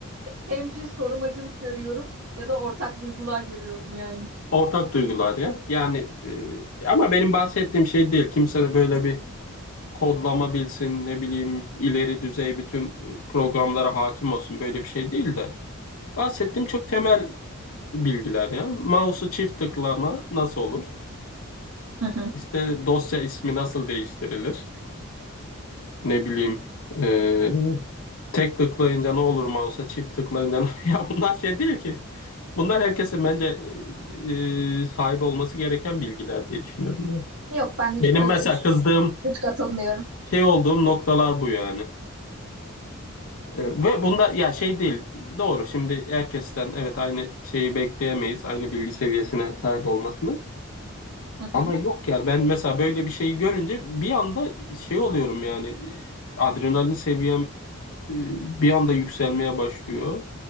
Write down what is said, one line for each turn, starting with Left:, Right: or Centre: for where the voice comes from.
Right: hemcins korumacılık görüyorum ya da ortak duygular görüyorum yani.
Left: Ortak duygular ya. Yani e, ama benim bahsettiğim şey değil. Kimse de böyle bir kodlama bilsin, ne bileyim ileri düzey bütün e, programlara hakim olsun. Böyle bir şey değil de. Bahsettiğim çok temel bilgiler ya. Mouse'u çift tıklama nasıl olur?
Right: <laughs>
Left: İşte dosya ismi nasıl değiştirilir? Ne bileyim e, tek tıklayınca ne olur mouse'a çift tıklayınca ne <laughs> Ya bunlar şey değil ki. Bunlar herkesin bence e, sahip olması gereken bilgiler diye düşünüyorum ya.
Right: Yok ben hiç
Left: Benim
Right: öyle
Left: mesela
Right: düşün.
Left: kızdığım
Right: Hiç katılmıyorum.
Left: şey olduğum noktalar bu yani. E, ve bunda ya şey değil. Doğru şimdi herkesten evet aynı şeyi bekleyemeyiz. Aynı bilgi seviyesine sahip olmasını.
Right: <laughs>
Left: Ama yok ya ben mesela böyle bir şeyi görünce bir anda şey oluyorum yani e, adrenalin seviyem e, bir anda yükselmeye başlıyor.